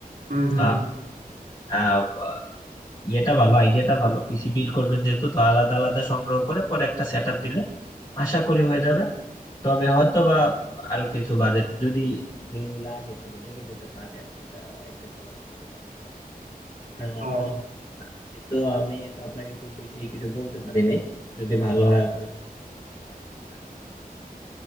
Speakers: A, on the right (about 80°); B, on the left (about 30°).
A: হুম হুম,
B: তো
A: হুম।
B: আপনার ইয়েটা ভালো আইডিয়াটা ভালো পিসি বিল্ড করবেন যেহেতু তো আলাদা আলাদা সংগ্রহ করে পরে একটা সেট আপ দিলে আশা করি হয়ে যাবে তবে হয়তো বা আরো কিছু বাজেট যদি লাগে তবে লেগে যেতে পারে আর কি ওটা এক্সেপশনাল কেসের মতো করে। কারণ
A: ও
B: আপনি তো আমি তো আপনাকে খুব বেশি কিছু বলতে পারি নাই যদি ভালো হয় আপনার পরিচিত ভাই, যে আপনার সাথে